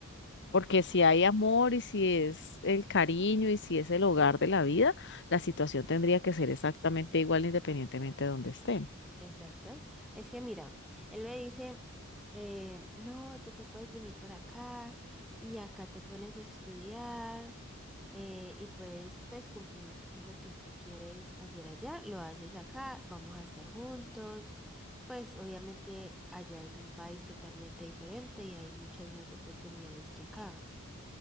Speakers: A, on the left; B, in the centre.
A: Porque si hay amor y si es el cariño y si es el hogar de la vida, la situación tendría que ser exactamente igual independientemente de donde estén.
B: Exacto. Es que mira, él me dice, eh, no, tú te puedes venir para acá y acá te pones a estudiar eh, y puedes pues, cumplir lo que tú quieres hacer allá, lo haces acá, vamos a estar juntos. Pues obviamente allá es un país totalmente diferente y hay muchas más oportunidades que acá.